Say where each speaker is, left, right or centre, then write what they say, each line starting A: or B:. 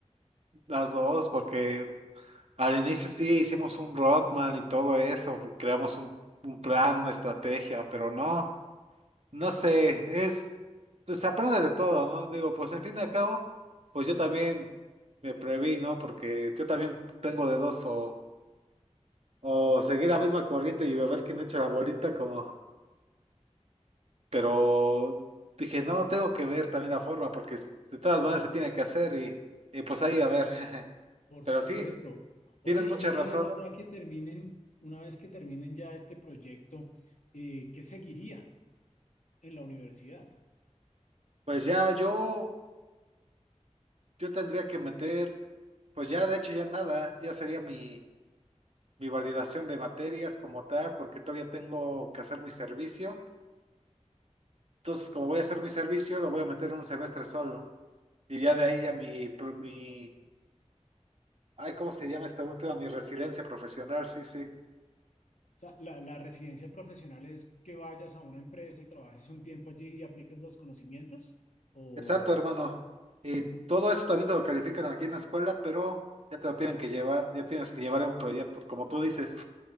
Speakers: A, on the right (about 60°); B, on the left (about 80°).
A: las dos, porque al inicio sí hicimos un roadman y todo eso, creamos un, un plan, una estrategia, pero no. No sé, es, pues aprende de todo, ¿no? Digo, pues en fin y al cabo, pues yo también me preví, ¿no? Porque yo también tengo de dos o, o seguir la misma corriente y ver quién echa la bolita como, pero dije, no, tengo que ver también la forma porque s- de todas maneras se tiene que hacer y, y pues ahí a ver. <laughs>
B: Por
A: Pero
B: supuesto.
A: sí,
B: Oye,
A: tienes mucha
B: y una
A: razón.
B: vez ya que terminen, una vez que terminen ya este proyecto, eh, ¿qué seguiría en la universidad?
A: Pues ya yo, yo tendría que meter, pues ya de hecho ya nada, ya sería mi... mi validación de materias como tal, porque todavía tengo que hacer mi servicio. Entonces, como voy a hacer mi servicio, lo voy a meter en un semestre solo. Y ya de ahí ya mi, pro- mi, ay, ¿cómo se llama esta última? Mi residencia profesional, sí, sí.
B: O sea, la, la residencia profesional es que vayas a una empresa y trabajes un tiempo allí y apliques los conocimientos. O,
A: Exacto, hermano. Y todo eso también te lo califican aquí en la escuela, pero ya te lo tienen que llevar, ya tienes que llevar un proyecto. Como tú dices,